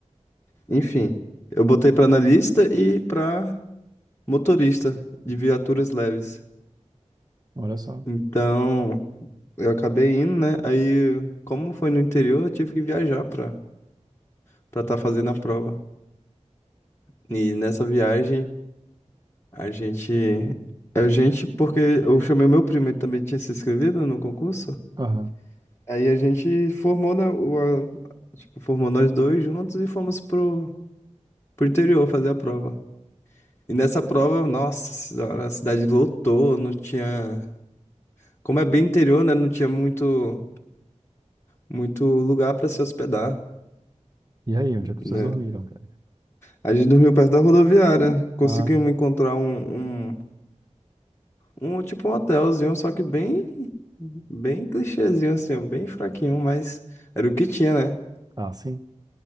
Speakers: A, on the left (about 20°); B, on the right (about 30°).
A: Enfim, eu botei pra analista e pra motorista de viaturas leves.
B: Olha só.
A: Então, eu acabei indo, né? Aí, como foi no interior, eu tive que viajar pra para estar fazendo a prova. E nessa viagem, a gente a gente porque eu chamei o meu primo, ele também tinha se inscrevido no concurso.
B: Aham.
A: Aí a gente formou, né, o, a- tipo, formou nós dois juntos e fomos pro pro interior fazer a prova. E nessa prova, nossa senhora, a cidade lotou, não tinha. Como é bem interior, né? Não tinha muito, muito lugar para se hospedar,
B: E aí, onde é que
A: né?
B: vocês dormiram, cara?
A: A gente dormiu perto da rodoviária, conseguimos
B: Ah,
A: encontrar um, um, um tipo um hotelzinho, só que bem, bem clichêzinho, assim, ó, bem fraquinho, mas era o que tinha, né?
B: ah, sim.